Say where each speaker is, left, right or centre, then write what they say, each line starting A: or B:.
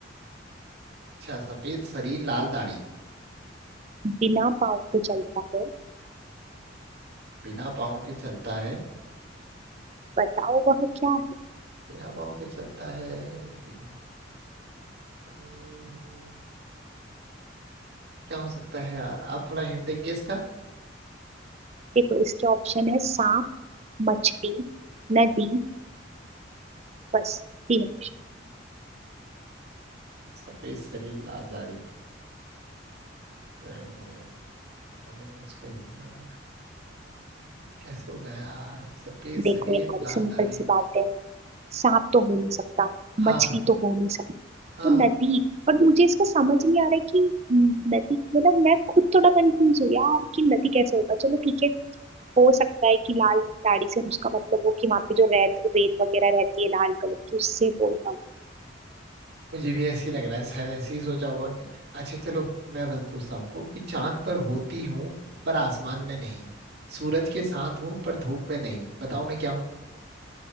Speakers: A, on the right; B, on the right.
A: अच्छा सफेद शरीर लाल दाढ़ी
B: बिना पाँव के चलता है
A: बिना पाँव के चलता है
B: बताओ वह क्या है
A: बिना पाँव के चलता है बिना हम्म, क्या हो सकता है यार आप थोड़ा हिंट देंगे इसका
B: देखो इसके ऑप्शन है सांप मछली नदी बस तीन option।
A: सफेद शरीर लाल दाढ़ी लाल दाढ़ी, उसका इंसान हम्म, कैसे होगा यार सफेद शरीर
B: देखो यार
A: लाल
B: सिंपल
A: दाढ़ी
B: सी बात है सांप तो हो नहीं सकता
A: हाँ
B: मछली तो हो नहीं सकता
A: हाँ
B: तो नदी और मुझे इसका समझ नहीं आ रहा है कि नदी मतलब मैं खुद थोड़ा कंफ्यूज हूँ यार कि नदी कैसे होगा चलो ठीक है हो सकता है कि लाल दाढ़ी से उसका मतलब हो कि वहां पे जो रेत रेत वगैरह रहती है लाल कलर की उससे बोलता हूँ
A: मुझे भी ऐसे ही लग रहा है शायद ऐसे ही सोचा होगा उन्होंने अच्छा चलो मैं बस पूछता हूँ आपको कि चांद पर होती हूँ पर आसमान में नहीं सूरज के साथ हूँ पर धूप में नहीं बताओ मैं क्या हूँ